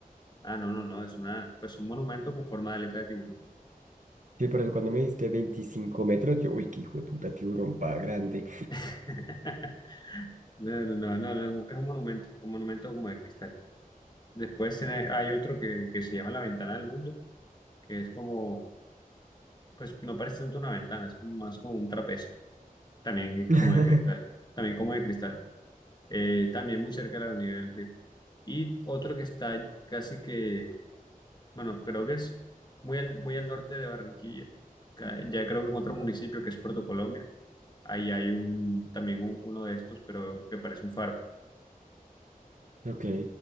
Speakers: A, on the left; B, on the right.
A: Ah, no, no, no, es una, pues un monumento con forma de aleta de tiburón.
B: Sí, por eso cuando me dijiste 25 metros, yo, uy, qué hijo de puta tiburón pa' grande.
A: <laughs> No, no, no, no, no, es un es un monumento, un monumento como de cristal. Después tiene- hay otro que, que se llama la ventana del mundo, que es como, pues no parece tanto una ventana, es como, más como un trapecio, también
B: <laughs>
A: como de cristal, también como de cristal, Eh, también muy cerca de la avenida del río. Y otro que está casi que Bueno, creo que es muy al, muy al norte de Barranquilla. Ca- Ya creo que en otro municipio que es Puerto Colombia, ahí hay un, también un- uno de estos, pero que parece un faro.
B: Ok.